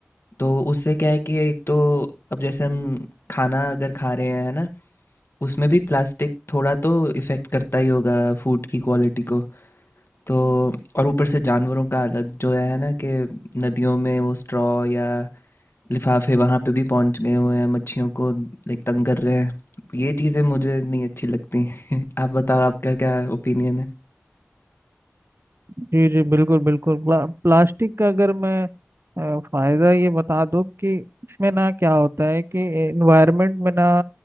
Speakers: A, on the left; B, on the right.
A: तो उससे क्या है कि एक तो अब जैसे हम खाना अगर खा रहे हैं है ना उसमें भी प्लास्टिक थोड़ा तो इफ़ेक्ट करता ही होगा फूड की क्वालिटी को तो और ऊपर से जानवरों का अलग जो है ना कि नदियों में वो स्ट्रॉ या लिफाफे वहाँ पे भी पहुँच गए हुए हैं मच्छियों को लाइक तंग कर रहे हैं ये चीज़ें मुझे नहीं अच्छी लगती <laughs> आप बताओ आपका क्या ओपिनियन है
B: जी जी बिल्कुल बिल्कुल प्ला, प्लास्टिक का अगर मैं अ, फायदा ये बता दूं कि इसमें ना क्या होता है कि एनवायरनमेंट में ना